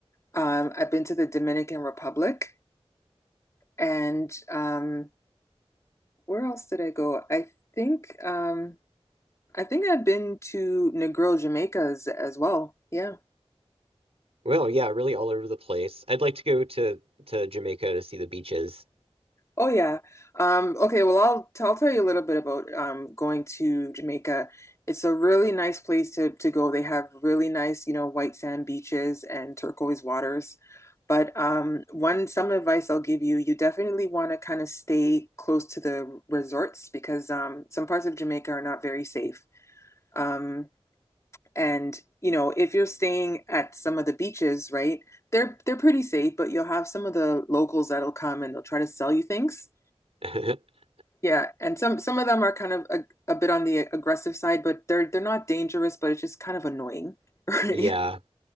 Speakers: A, on the left; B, on the right.
A: Um, I've been to the Dominican Republic, and um, where else did I go? I think um, I think I've been to Negril, Jamaica as, as well. Yeah.
B: Well, yeah, really all over the place. I'd like to go to to Jamaica to see the beaches.
A: Oh yeah. Um, okay, well I'll t- I'll tell you a little bit about um, going to Jamaica. It's a really nice place to to go. They have really nice, you know, white sand beaches and turquoise waters. But um, one some advice I'll give you, you definitely want to kind of stay close to the resorts because um, some parts of Jamaica are not very safe. Um, and you know, if you're staying at some of the beaches, right, they're they're pretty safe, but you'll have some of the locals that'll come and they'll try to sell you things.
B: <laughs>
A: Yeah, and some some of them are kind of a, a bit on the aggressive side, but they're they're not dangerous, but it's just kind of annoying, <laughs> right?
B: Yeah.